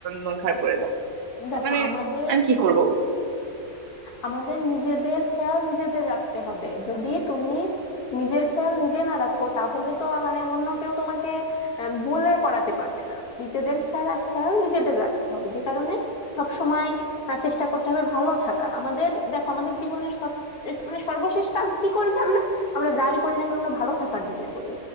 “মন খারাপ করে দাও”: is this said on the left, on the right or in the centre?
Right